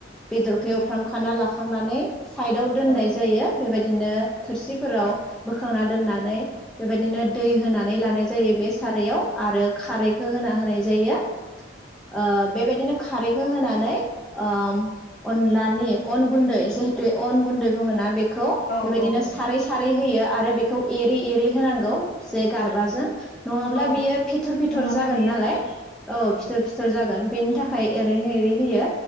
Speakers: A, in the centre; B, on the left.
A: बेदरखौ एवफ्राम खाना लाखांनानै साइडाव दोननाय
B: औ
A: जायो बेबाय दिनो थोरसिफोराव बोखांना दोननानै बेबायदिनो दै होनानै लानाय जायो। बे सारायाव आरो खारैखौ होना होनाय जायो। ओ बेबायदिनो खारैखौ होनानै ओम अनलानि अन गुन्दै जिहेतु अन गुन्दै बुङोना बे खौ
B: औ
A: बेबायदिनो
B: औ
A: सारै सारै होयो आरो बेखौ एरै एरै होनांगौ जे गारबाजों नङाब्ला
B: औ
A: बियो फितर फितर
B: नङाब्ला
A: जागोन
B: बेयो
A: नालाय औ फिथर फिथर जा गोन बेनि थाखाय एरै एरै होयो